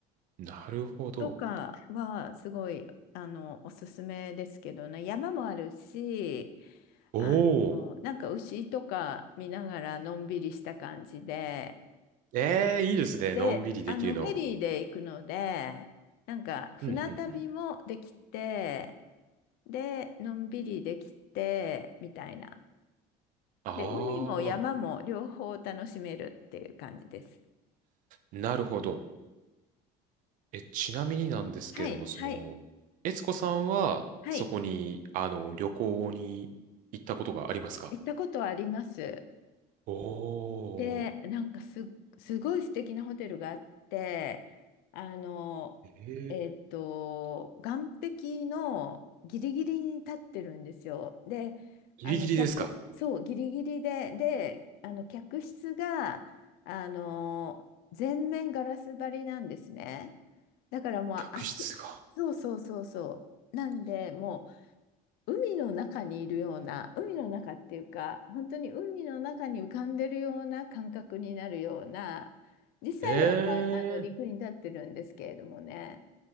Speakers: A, on the right; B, on the left.
A: なるほど。
B: とかはすごいあのおすすめですけどね山もあるし
A: おー。
B: あのなんか牛とか見ながらのんびりした感じで
A: ええ、いいですね。
B: であのフェリーで行くのでなんか船旅もできて
A: のんびりできるの。うん、うん、うん。
B: でのんびりできてみたいな
A: ああ、
B: で海も山も両方楽しめるっていう感じです。
A: なるほど。え、ちなみになんですけれども、
B: はいはい
A: その、悦子さんは、
B: はい
A: そこに、あの、旅行に行ったことがありますか
B: 行ったことはあります。
A: おー。
B: で、なんかす、すごい素敵なホテルがあって、あの、
A: ええ、
B: えっと、岸壁のギリギリに立ってるんですよ。で、
A: ギリギリですか
B: あの、客、そう、ギリギリで、で、あの、客室が、あの、全面ガラス張りなんですね。だからもう足、
A: 客室が。
B: そうそうそうそう。なんで、もう、海の中にいるような、海の中っていうか、本当に海の中に浮かんでるような感覚になるような、実際は、
A: ええ、
B: まあ、あの陸に立ってるんですけれどもね、